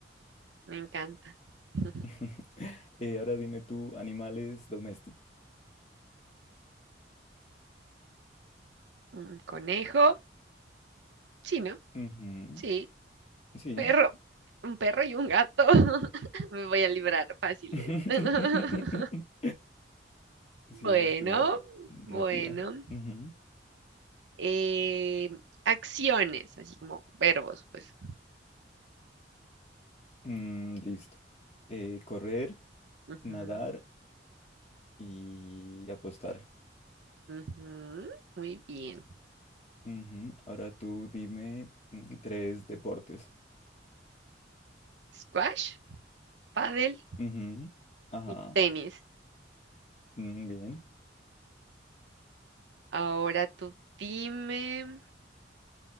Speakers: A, on the right; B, on the left.
A: Me encanta. <laughs>
B: <laughs> Eh, ahora dime tú, animales domésticos.
A: Un conejo. Sí, ¿no?
B: Ujú,
A: Sí.
B: Sí.
A: Perro. Un perro y un gato. <laughs> Me voy a librar fáciles.
B: <laughs>
A: <laughs>
B: Sí,
A: Bueno,
B: esa estuvo rápida.
A: bueno.
B: Ujú.
A: Eh, acciones, así como verbos, pues.
B: Mm, listo. Eh, correr,
A: Ujú,
B: nadar y apostar.
A: ujú. Muy bien.
B: Ujú. Ahora tú dime mm, tres deportes.
A: Squash, paddle
B: Ujú. Ajá.
A: y tenis.
B: Mm, bien.
A: Ahora tú dime.